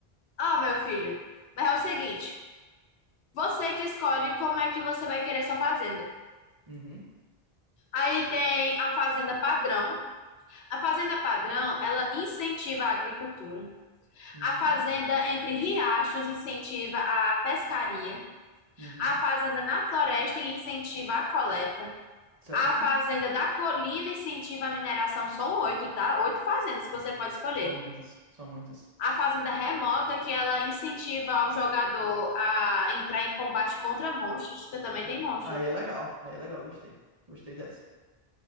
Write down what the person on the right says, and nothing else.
Uhum.
Uhum.
Uhum.
Certo?
São muitas, são muitas.
Vi.
Aí é legal, aí é legal, gostei. Gostei dessa.